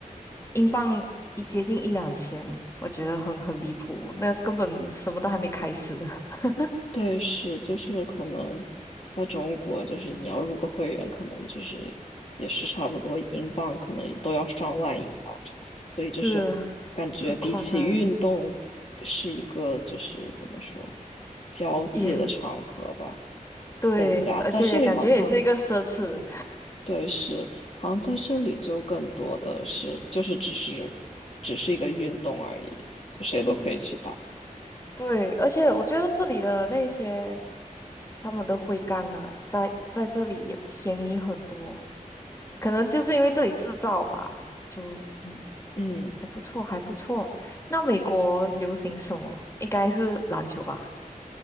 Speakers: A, on the left (about 20°); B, on the left (about 50°).
A: 英镑一接近一两千，我觉得很很离谱，那根本什么都还没开始，<laughs>
B: 对，是，就是可能在中国，就是你要入个会员，可能就是也是差不多英镑，可能都要上万英镑这样子。所以就是感觉比起运动是一个就是怎么说
A: 是啊很夸张，
B: 交际的场合吧。
A: 也是对，
B: 更加在这里好像
A: 而且感觉也是一个奢侈，
B: 对，是，好像在这里就更多的是，就是只是，只是一个运动而已，就谁都可以去打。
A: 嗯，对，而且我觉得这里的那些他们的徽章啊，在在这里也便宜很多，可能就是因为这里制造吧，就嗯
B: 嗯，
A: 还不错，还不错。那美国流行什么？应该是篮球吧